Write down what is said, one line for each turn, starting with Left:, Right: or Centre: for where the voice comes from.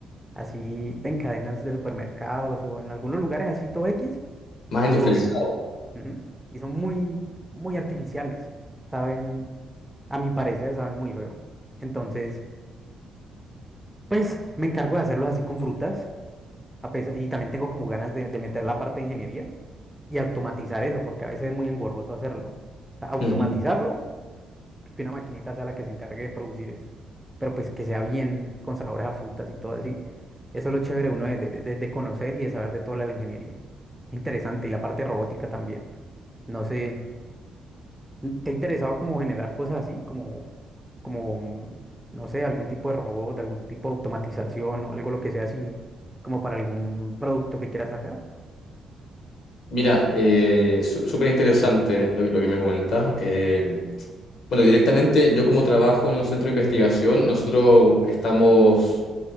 Centre: así en cadenas de supermercados o en algunos lugares así todo X,
Left: Más industrializado.
Centre: lo, ujú, y son muy, muy artificiales, saben, a mi parecer, saben muy feo. Entonces, pues me encargo de hacerlos así con frutas. A pesar- y también tengo como ganas de, de meter la parte de ingeniería y automatizar eso, porque a veces es muy engorroso hacerlo. O sea, automatizarlo,
Left: Ujú.
Centre: que una maquinita sea la que se encargue de producir eso. Pero pues que sea bien con sabores a frutas y todo así. Eso es lo chévere uno de, de- de- de conocer y de saber de toda la ingeniería. Interesante. Y la parte robótica también. No sé, ¿te ha interesado como generar cosas así? Como, como, mm, no sé, algún tipo de robot, algún tipo de automatización o algo lo que sea así, como para algún producto que quieras sacar.
Left: Mira, eh, su- súper interesante lo, que lo que me comentas. Eh, bueno, directamente yo como trabajo en un centro de investigación, nosotros estamos